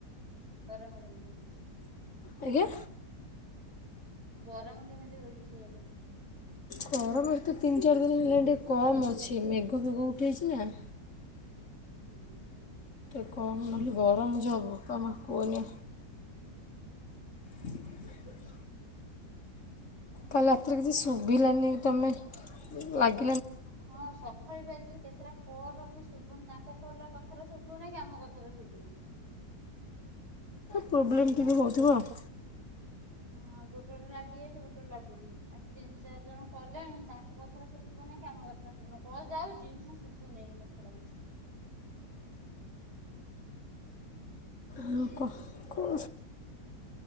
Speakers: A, on the right; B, on the left.
A: କରେ ମୁ ସେମତି କିଛି
B: ଆଜ୍ଞା?
A: ଗରମ କେମିତି ହଉଛି ସିଆଡେ?
B: ଗରମ ଏତେ ତିନି ଚାରି ଦିନ ହେଲାଣି ଟିକେ କମ୍ ଅଛି ମେଘ ଫେଘ ଉଠେଇଛି ନା।
A: ହୁଁ ହୁଁ।
B: କଣ ଖାଲି ଗରମ ଯୋଗୁ ବୋପା ମା କୁହନି। <unintelligible>
A: <unintelligible>
B: କାଲି ରାତିରେ କିଛି ଶୁଭିଲାନି ତମେ ଲାଗି
A: ହଁ ସକାଳ ବି ଆଜିିବି କେତେଟା। କଲ ବି ଶୁଭୁନି ତାଙ୍କ କଲ କଥାହେଲେ ଶୁଭୁନି କି ଆମ କଥାରେ ଶୁଭୁନି।
B: ପ୍ରୋବ୍ଲେମ୍ ଟିକେ ହଉଥିବ ଆଉ।
A: ହଁ ଗୋଟେ ଗୋଟେ ଲାଗି ଯାଉଛି ଗୋଟେ ଗୋଟେ ଲାଗୁନି ଆଜି ତିନି ଚାରି ଜଣ କଲେଣି ତାଙ୍କ କଥାରେ ସ ଶୁଭୁନି କି ଆମ କଥା ଶୁଭୁନି କଲ ଯାଉଛି। ଶୁଭୁ ନେଇ କଥାର କିଛି।
B: ଆଉ କ। କ-